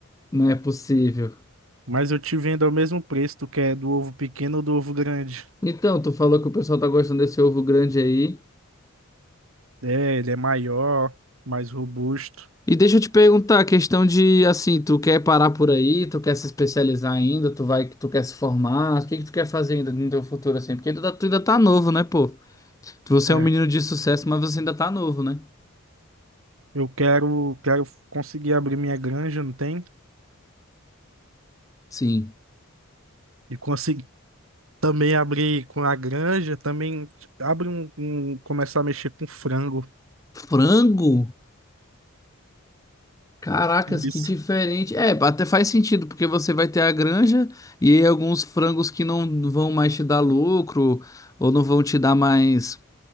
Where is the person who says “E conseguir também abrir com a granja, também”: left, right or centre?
Right